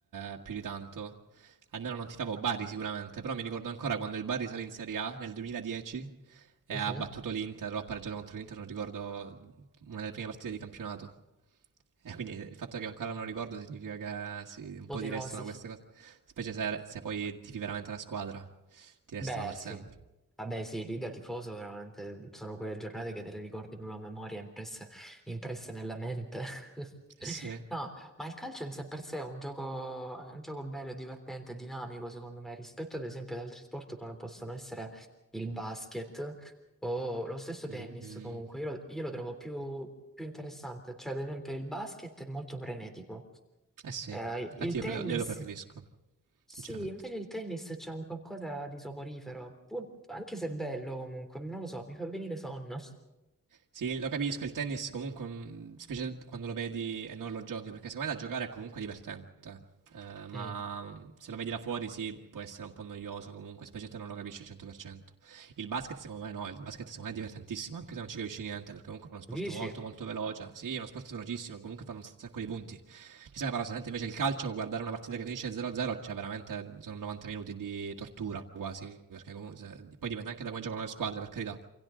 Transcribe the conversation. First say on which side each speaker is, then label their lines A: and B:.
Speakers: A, on the right; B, in the centre.
A: eh, più di tanto. Almeno non tifavo Bari sicuramente, però mi ricordo ancora quando il Bari sale in Serie A nel 2010 e
B: Mhm.
A: ha battuto l'Inter, o ha pareggiato contro l'Inter, non ricordo, una delle prime partite di campionato. E quindi il fatto che ancora me lo ricordo significa che sì, un
B: Apoteosi.
A: po' ti restano queste cose, specie se, se poi tifi veramente la squadra, ti
B: Beh,
A: restano per
B: sì.
A: sempre.
B: Vabbè, sì, lì da tifoso veramente sono quelle giornate che te le ricordi proprio a memoria, impresse, impresse nella mente. <laughs>
A: Eh sì.
B: No, ma il calcio in sé per sé è un gioco, è un gioco bello, divertente, dinamico, secondo me, rispetto ad esempio ad altri sport come possono essere il basket o lo stesso tennis,
A: Mm,
B: comunque. Io lo, io lo trovo più, più interessante, cioè ad esempio il basket è molto frenetico.
A: eh sì,
B: Eh,
A: infatti
B: il tennis.
A: io pre- io lo preferisco,
B: Sì,
A: sinceramente.
B: invece il tennis c'è un qualcosa di soporifero, pur- anche se è bello comunque, non lo so, mi fa venire sonno.
A: Sì, lo capisco, il tennis comunque, mm, specie quando lo vedi e non lo giochi, perché secondo me da giocare è comunque divertente, Eh, ma
B: Mm,
A: mm, se lo vedi da fuori sì, può essere un po' noioso comunque, specie se non lo capisci al 100%. Il basket secondo me no, il basket secondo me è divertentissimo, anche se non ci capisci niente, perché comunque è uno sport
B: Dici?
A: molto molto veloce. Sì, è uno sport velocissimo, comunque fanno un sacco di punti, Bisogna parlare solamente invece il calcio, guardare una partita che finisce 0-0, cioè veramente sono 90 minuti di tortura quasi, perché comunque se- poi dipende anche da come giocano le squadre, per carità,